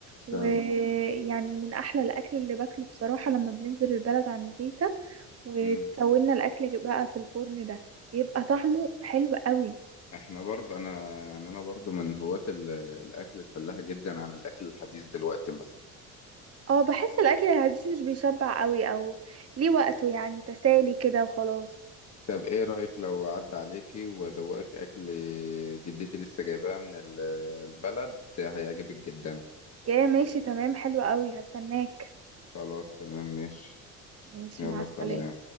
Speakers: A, on the right; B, on the left.
A: ويعني
B: فعلا
A: من احلى الاكل اللي باكله بصراحه لما بننزل البلد عند تيتا وتسوينا
B: امم
A: الاكل بقى في الفرن ده بيبقى طعمه حلو قوي
B: احنا برضه انا يعني انا برضه من هواة ال- الاكل الفلاحي جدا عن الاكل الحديث دلوقتي مثلا
A: اه بحس الاكل الحديث مش بيشبع قوي او ليه وقته يعني تسالي كده وخلاص
B: طب ايه رأيك لو عدى عليكي وادوقك اكل جدتي لسه جايباه من ال- البلد هيعجبك جدا
A: يا ماشي تمام حلو قوي هستناك
B: خلاص تمام ماشي
A: ماشي
B: يلا
A: مع السلامة
B: سلام